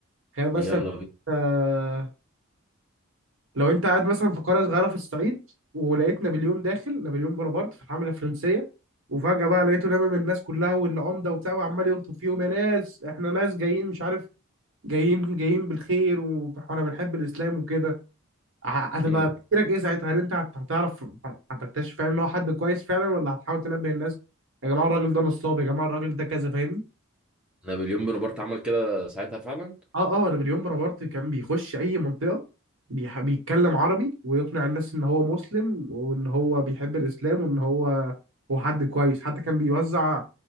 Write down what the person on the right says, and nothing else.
تخيل مثلا
آه، لو انت قاعد مثلا في قرية صغيرة في الصعيد ولقيت نابليون داخل نابليون بونابرت في الحملة الفرنسية وفجأة بقى لقيته لامم الناس كلها والعمدة وبتاع وعمال يخطب فيهم يا ناس احنا ناس جايين مش عارف جايين جايين بالخير و- <laughs> واحنا بنحب الإسلام وكده ه- هتبقى
تفكيرك ايه ساعتها هل انت هت- هتعرف هت- هتكتشف فعلا ان هو حد كويس فعلا ولا هتحاول تنبه الناس يا جماعة الراجل ده نصاب يا جماعة الراجل ده كذا فاهمني
اه اه نابليون بونابرت كان بيخش اي منطقه بيح... بيتكلم عربي ويقنع الناس ان هو مسلم وان هو بيحب الاسلام وان هو هو حد كويس حتى كان بيوزع